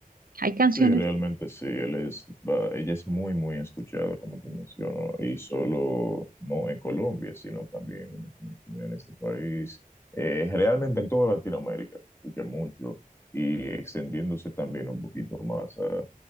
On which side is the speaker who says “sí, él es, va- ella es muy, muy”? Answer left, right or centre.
Left